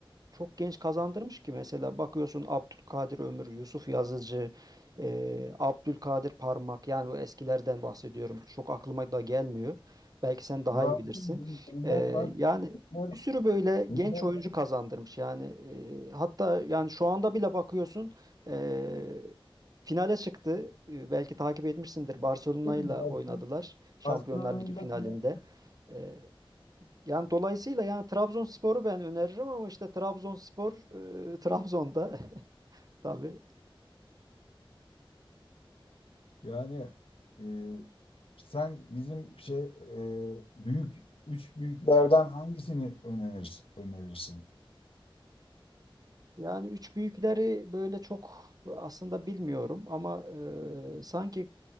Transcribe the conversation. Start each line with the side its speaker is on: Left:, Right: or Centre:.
Right: çok genç kazandırmış ki mesela bakıyorsun Abdülkadir Ömür, Yusuf Yazıcı, eee Abdülkadir Parmak yani bu eskilerden bahsediyorum. Çok aklıma da gelmiyor. Belki sen daha
Left: Var,
Right: iyi bilirsin.
Left: Yeniler
Right: Eee,
Left: var.
Right: yani
Left: Var.
Right: bir sürü böyle
Left: Yeniler
Right: genç
Left: var.
Right: oyuncu kazandırmış. Yani eee, hatta yani şu anda bile bakıyorsun eee, finale çıktı. Eee, belki takip etmişsindir. Barcelona
Left: Barcelona-
Right: ile oynadılar Şampiyonlar
Left: Barcelona'yla
Right: Ligi finalinde.
Left: bile-
Right: E, yani dolayısıyla yani Trabzonspor'u ben öneririm ama işte Trabzonspor e, Trabzon'da <laughs> tabii.
Left: Yani e, sen bizim şey e, büyük üç büyüklerden hangisini önerirsin? önerirsin?
Right: Yani üç büyükleri böyle çok aslında bilmiyorum ama e, sanki